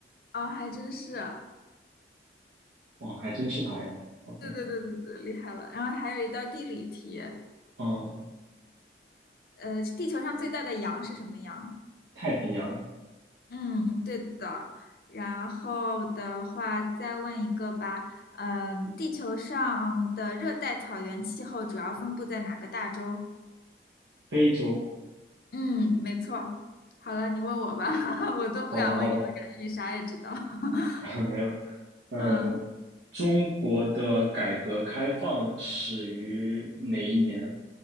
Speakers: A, on the left; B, on the right.
A: 啊、还真是，啊，
B: 哦，还真是他呀。OK，
A: 对对对对对，厉害了。然后还有一道地理题，
B: 嗯，
A: 呃，地球上最大的羊是什么羊？
B: 太平洋、
A: 嗯，对的。然后的话，再问一个吧。嗯，地球上的热带草原气候主要分布在哪个大洲？
B: 非洲，
A: 嗯，没错。好了，你问我吧，<laughs> 我都不敢问你了，
B: 好的好的，
A: 感觉你啥也知道。<laughs>
B: <laughs> 没有没有。嗯，
A: 嗯，
B: 中国的改革开放始于哪一年？